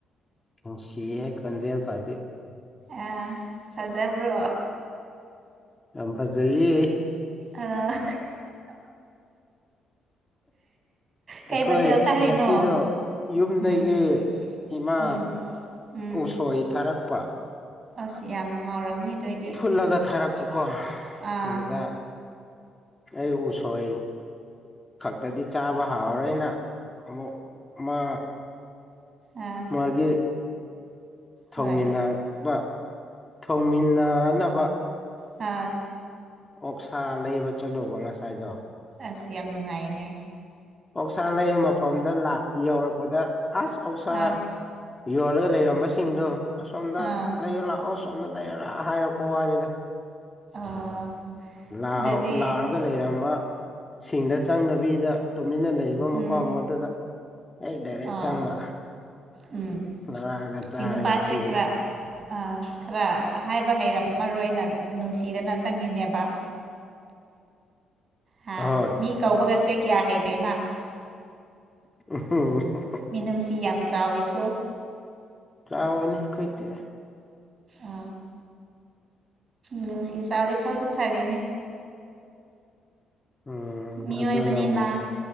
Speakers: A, on the left; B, on the right.
A: ꯅꯨꯡꯁꯤꯍꯦ ꯈꫭꯟꯖ‌ꯦꯟ ꯀꯥꯇꯤ
B: ꯑꯥ ꯐꯖꯕ꯭ꯔꯣ
A: ꯌꯥꯝ ꯐꯖꯩꯌꯦ
B: ꯑ ꯀꯩ
A: ꯑꯩꯈꯣꯏ
B: ꯃꯊꯦꯜ ꯆꯥꯔꯤꯅꯣ
A: ꯉꯁꯤꯗꯣ ꯌꯨꯝꯗꯒꯤ
B: ꯎꯝ
A: ꯏꯃꯥ
B: ꯎꯝ ꯎꯝ
A: ꯎꯁꯣꯏ ꯊꯥꯔꯛꯄ
B: ꯑꯁ ꯌꯥꯝ ꯍꯥꯎꯔꯝꯅꯤ ꯑꯗꯨꯑꯣꯗꯤ
A: ꯐꯨꯠꯂꯒ
B: <unintelligible>
A: ꯊꯥꯔꯛꯄꯀꯣ
B: ꯑꯥ
A: ꯑꯗꯨꯗ ꯑꯩ ꯎꯁꯣꯏ ꯈꯛꯇꯗꯤ ꯆꯥꯕ ꯍꯥꯎꯔꯣꯏꯅ ꯑꯃꯨꯛ ꯃꯥ
B: ꯑ
A: ꯃꯥꯒꯤ ꯊꯧꯃꯤꯟꯅꯕ
B: ꯍꯣꯏ
A: ꯊꯧꯃꯤꯟꯅꯅꯕ
B: ꯍꯥꯥ
A: ꯑꯣꯛꯁꯥ ꯂꯩꯕ ꯆꯠꯂꯨꯕ ꯉꯁꯥꯏꯗꯣ
B: ꯑꯁ ꯌꯥꯝ ꯅꯨꯡꯉꯥꯏꯌ‌ꯦꯅꯦ
A: ꯑꯧꯁꯥ ꯂꯩꯕ ꯃꯐꯝꯗ ꯂꯥ ꯌꯧꯔꯛꯄꯗ ꯑꯁ ꯑꫭꯛꯁꯥ
B: ꯑꯥ
A: ꯌꯣꯜꯂꯒ ꯂꯩꯔꯝꯕꯁꯤꯡꯗꯣ ꯑꯁꯣꯝꯗ
B: ꯑꯥ
A: ꯂꯩꯌꯣ ꯂꯥꯛꯑꯣ ꯁꯣꯝꯗ ꯂꯩꯔ ꯂꯥꯛ ꯍꯥꯏꯔꯛꯄ ꯋꯥꯅꯤꯗ
B: ꯑꯥ
A: ꯂꯥꯎ
B: ꯑꯗꯗꯤ
A: ꯂꯥꯎꯔꯒ ꯂꯩꯔꯝꯕ ꯁꯤꯡꯗ ꯆꯪꯡꯗꯕꯤꯗ ꯇꯨꯃꯤꯟꯅ ꯂꯩꯔꯤꯕ ꯃꯐꯝ
B: ꯎꯝ
A: ꯑꯃꯇꯗ ꯑꯩ ꯗꯥꯏꯔꯦꯛ
B: ꯑꯥ
A: ꯆꯪꯕ
B: ꯎꯝ
A: ꯂꯧꯔꯛꯑꯒ ꯆꯥꯔꯦ
B: ꯁꯤ ꯅꯨꯄꯥꯁ‌ꯦ
A: ꯉꯁꯤꯗꯤ
B: ꯈꯥꯔꯥ ꯑ ꯈꯔ ꯍꯥꯏꯕ ꯍꯩꯔꯝꯃꯔꯣꯏꯅ ꯅꯨꯡꯁꯤꯗꯅ ꯆꯪꯉꯤꯅꯦꯕ ꯍꯥ
A: ꯑꯍꯣꯏ
B: ꯃꯤ ꯀꯧꯕꯒꯁꯦ ꯀꯌꯥ ꯍꯩꯇꯦꯅ
A: <unintelligible>
B: ꯃꯤꯅꯨꯡꯁꯤ ꯌꯥꯝ ꯆꯥꯎꯋꯤꯀꯣ
A: ꯆꯥꯎꯕꯅ‌ꯦ ꯑꯩꯈꫭꯏꯗꯤ
B: ꯑ ꯅꯨꯡꯁꯤ ꯆꯥꯎꯔꯤ ꯐꯥꯎꯗꯤ ꯐꯔꯤꯅꯦ
A: ꯎꯝ
B: ꯃꯤꯑꯣꯏꯕꯅꯤꯅ
A: ꯑꯗꯨꯅꯕꯨ